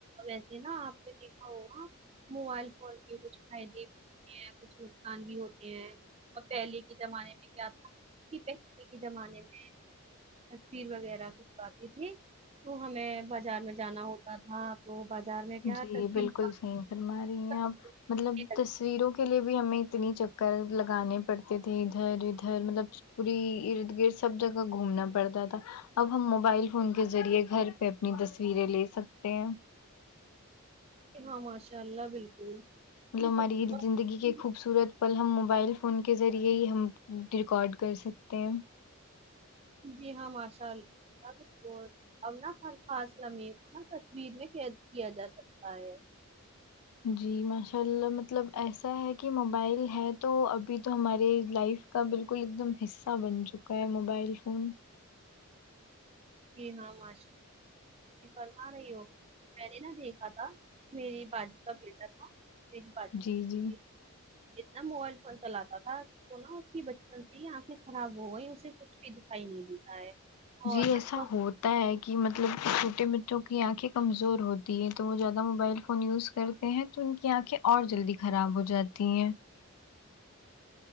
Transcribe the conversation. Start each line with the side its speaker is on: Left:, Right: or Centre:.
Right: ویسے نا آپ نے دیکھا ہوگا موبائل فون کے کچھ فائدے ہے کچھ نقصان بھی ہوتے ہیں اور پہلے کے زمانے میں کیا تھا کہ پہلے کے زمانے میں تصویر وغیرہ کی جاتی تھی تو ہمیں بازار میں جانا ہوتا تھا وہ بازار میں کیا
Left: جی
Right: تصویر
Left: بالکل
Right: نکال
Left: صحیح فرما رہی ہیں
Right: کر
Left: آپ
Right: دینے
Left: مطلب جس
Right: لگتے
Left: تصویروں کے لیے بھی ہمیں اتنی چکر لگانے پڑتے تھے ادھر ادھر مطلب پوری ارد گرد سب جگہ گھومنا پڑتا تھا اب ہم موبائل فون کے ذریعے گھر پہ اپنی تصویریں لے سکتے ہیں
Right: ہاں ماشاء اللہ بالکل
Left: مطلب
Right: نا،
Left: ہماری
Right: تصویر
Left: یہ زندگی کے خوبصورت پل ہم موبائل فون کے ذریعے ہی ہم ریکارڈ کر سکتے ہیں
Right: جی ہاں ماشاء اللہ بہت اب نہ ہر خاص لمحہ کو نہ تصویر میں قید کیا جا سکتا ہے
Left: جی ماشاء اللہ مطلب ایسا ہے کہ موبائل ہے تو ابھی تو ہماری لائف کا بالکل ایک دم حصہ بن چکا ہے موبائل فون
Right: جی ہاں ماشاء اللہ جی کل آ رہی ہو میں نے نہ نا دیکھا تھا میری باجی کا بیٹا تھا میری باجی
Left: جی جی
Right: اتنا موبائل فون چلاتا تھا وہ نا اس کی بچپن سے یہ آنکھیں خراب ہو گئی اسے کچھ بھی دکھائی نہیں دیتا ہے اور
Left: جی
Right: نا
Left: ایسا
Right: بہت
Left: ہو ہوتا ہے کہ مطلب کہ چھوٹے بچوں کی آنکھیں کمزور ہوتی ہیں تو وہ زیادہ موبائل فون یوز کرتے ہیں تو ان کی آنکھیں اور جلدی خراب ہو جاتی ہیں